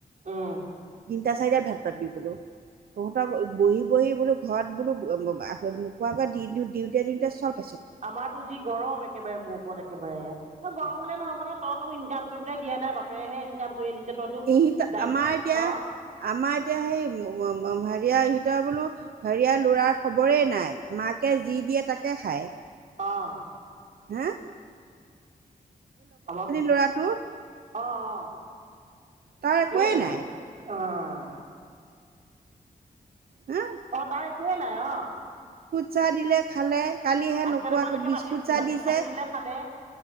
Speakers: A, on the right; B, on the right.
A: অ'।
B: তিনিটা-চাৰিটাত ভাল পাবি বোলো। তহঁতক বহি বহি বোলো ঘৰত বোলো ব-বা আ মুখৰ আগত দি-দিওঁতে দিওঁতে চব
A: আমাৰতো যি গৰম একেবাৰে মোৰ ওপৰত একেবাৰে। গৰম হ'লে নহ'ব নহয়, তই তো ইনকাম কৰি পেলাই দিয়া নাই, বাপেৰেহে ইনকাম কৰি আনিছে তইতো
B: ই
A: দায়িত
B: আমাৰ এতিয়া,
A: অ
B: আমাৰ এতিয়া সেই ম-ম হেৰিয়াৰ সি ত' বোলো হেৰিয়াৰ ল'ৰাৰ খবৰেই নাই, মাকে যি দিয়ে তাকে খায়।
A: অ',
B: হাঁ?
A: অলপ
B: ল'ৰাটোৰ
A: অ', অ'।
B: তাৰ
A: তাকেইটো
B: একোৱেই নাই
A: অ',
B: হা
A: অ', তাৰ একোৱে নাই অ',
B: চা দিলে খালে কালি হে
A: ভাত
B: নোখোৱাকৈ
A: কেইটামানকে
B: বিস্কুট
A: বাতিত,
B: চাহ
A: বাতিত
B: দিছে
A: সানি দিলে খালে।